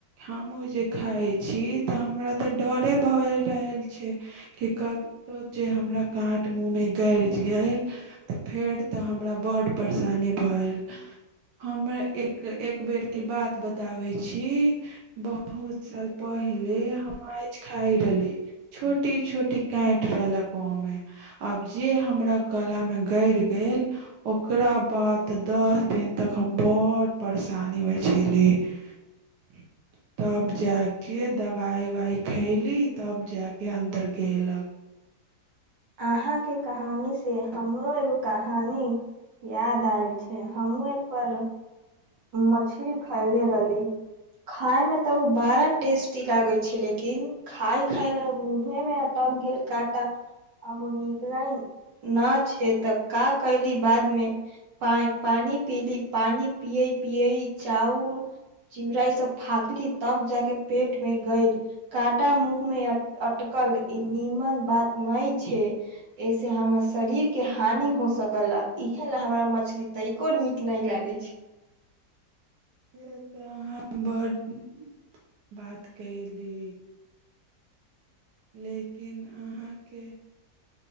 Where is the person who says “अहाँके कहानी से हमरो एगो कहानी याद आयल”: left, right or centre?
Right